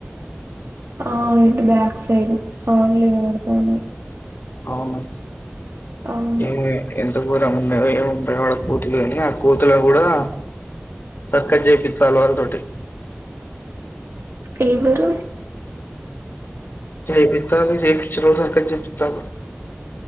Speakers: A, on the right; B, on the left.
A: ఆ ఇటు బాక్ సైడ్ సౌండ్లు వినబడతానయి.
B: అవునా
A: అవును
B: ఏమి ఎ అంత గోరం ఉన్నాయి ఏముంటా వాడ కోతులు కాని ఆ కోతులో కూడా సర్కస్ జైపీతల్ వాళ్ళతోటి
A: ఏవరు
B: చేపిత్త అని రేపిచ్చి రోజు సర్కస్ జెపిస్తారు